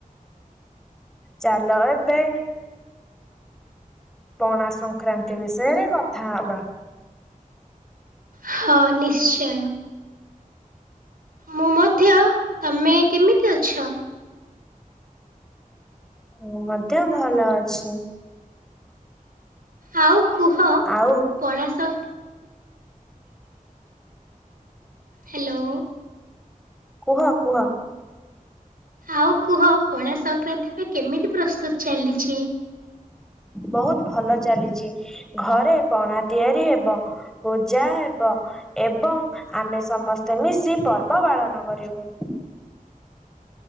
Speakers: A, in the centre; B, on the right.
A: ଚାଲ ଏବେ ପଣା ସଂକ୍ରାନ୍ତି ବିଷୟରେ କଥାହବା।
B: ହଁ ନିଶ୍ଚୟ। ମୁଁ ମଧ୍ୟ, ତମେ କେମିତି ଅଛ?
A: ମୁଁ ମଧ୍ୟ ଭଲ ଅଛି।
B: ଆଉ କୁହ
A: ଆଉ
B: ପଣା ସ ହାଲୋ।
A: କୁହ କୁହ
B: ଆଉ କୁହ ପଣା ସଂକ୍ରାନ୍ତିରେ ପାଇଁ କେମିତି ପ୍ରସ୍ତୁତ ଚାଲିଛି?
A: ବହୁତ ଭଲ ଚାଲିଛି ଘରେ ପଣା ତିଆରି ହେବ। ପୂଜା ହେବ ଏବଂ ଆମେ ସମସ୍ତେ ମିଶି ପର୍ବ ପାଳନ କରିବୁ।